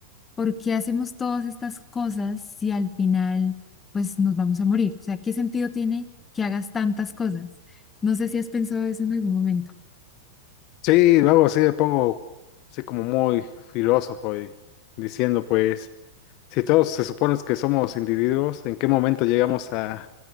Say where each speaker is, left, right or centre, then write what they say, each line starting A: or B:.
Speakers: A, on the left (about 15°); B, on the left (about 45°).
A: ¿Por qué hacemos todas estas cosas si al final pues nos vamos a morir? O sea, ¿qué sentido tiene que hagas tantas cosas? No sé si has pensado eso en algún momento.
B: Sí, luego sí me pongo así como muy filósofo y diciendo, pues, si todos se supone que somos individuos, ¿en qué momento llegamos a,